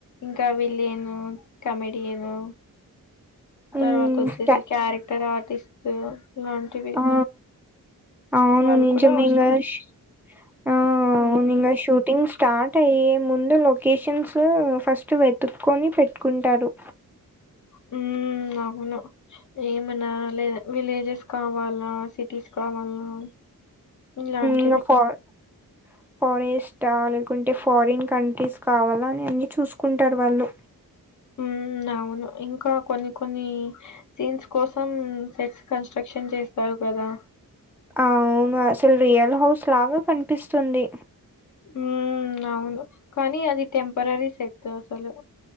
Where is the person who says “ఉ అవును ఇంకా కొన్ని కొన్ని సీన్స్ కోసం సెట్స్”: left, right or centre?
Left